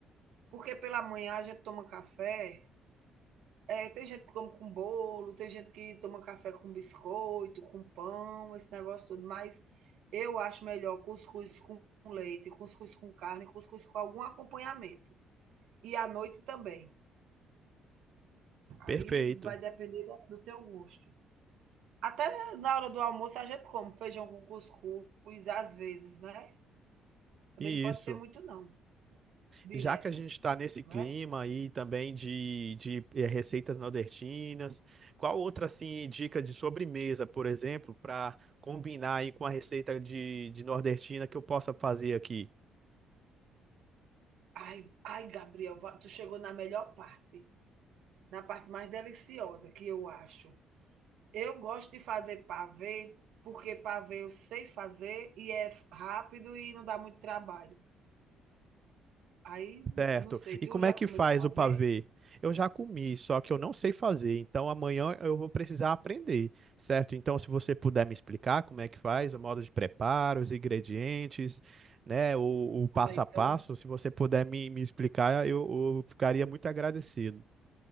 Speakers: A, on the right; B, on the right.
A: Porque pela manhã a gente toma café É, tem gente que come com bolo, tem gente que toma café com biscoito, com pão, esse negócio todo, mas eu acho melhor cuscuz com leite, cuscuz com carne, cuscuz com algum acompanhamento. E à noite também. Aí
B: Perfeito.
A: vai depender da- do teu gosto. Até na hora do almoço a gente come feijão com cuscuz, às vezes, né? Também
B: E
A: não pode
B: isso.
A: ser muito, não, direto,
B: já que a gente está nesse clima
A: né?
B: aí também de, de eh, receitas nordestinas, qual outra assim dica de sobremesa, por exemplo, para combinar aí com a receita de, de nordestina que eu possa fazer aqui?
A: Ai, ai, Gabriel, va- tu chegou na melhor parte, na parte mais deliciosa que eu acho. Eu gosto de fazer pavê, porque pavê eu sei fazer e é rápido e não dá muito trabalho. Aí,
B: Certo.
A: não sei,
B: E
A: tu
B: como
A: já
B: é que
A: comesse
B: faz
A: pavê?
B: o pavê? Eu já comi, só que eu não sei fazer, então amanhã eu vou precisar aprender, certo? Então, se você puder me explicar como é que faz, o modo de preparo, os ingredientes, né, o, o passo
A: Ah, então
B: a passo, se você puder me, me explicar, eu, eu ficaria muito agradecido.